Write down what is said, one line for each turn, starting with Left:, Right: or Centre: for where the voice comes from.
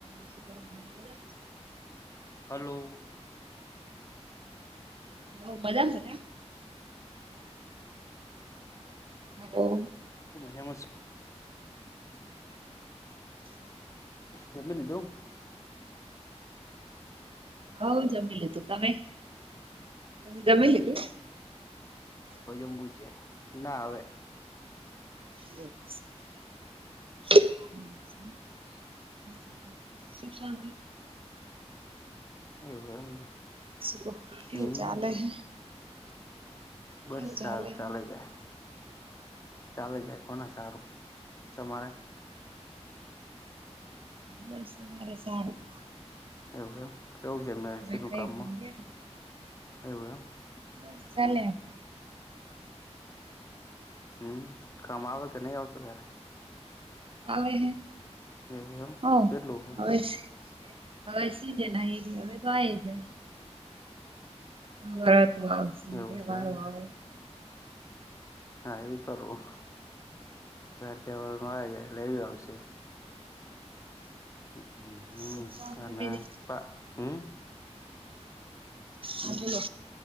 Right: બ શ ક બધા
Left: હલો
Right: હ બધા થયા હ
Left: મજામાં છ જમ મે લીધું
Right: હ જમી લે તું તમે જમી લ તું
Left: તોજમ બુ છેે ના હવે
Right: <unintelligible> સુખ શાંતિ
Left: એવું એમને
Right: શું કેવું
Left: હમ
Right: ચાલે હે
Left: બસ
Right: કેવું
Left: સારું
Right: હે?
Left: ચાલે જાય ચાલે જાય કોને સારું તમારે
Right: હ મારે સારું
Left: એવું એમ કેવું છે મે
Right: હવે
Left: સી નું
Right: ખાઈ
Left: કામમાં
Right: પીને બેઠા.
Left: એવું એમ
Right: બસ ચલે
Left: હમ કામ આવે કે નહી આવતું તારે
Right: આવે
Left: એવું એમ
Right: ઓ
Left: કેટલું
Right: હવે હવે સીજે ના એરી હવે તો આ જાય કોઈ વરત આવશે
Left: એવું
Right: તહેવારો
Left: છે એમને
Right: આવે
Left: હા એ કરું ત આવી જાય લે આવશે હ હમ
Right: સુખ શાંતિ
Left: અને
Right: બીજી?
Left: ના હમ
Right: હ બલો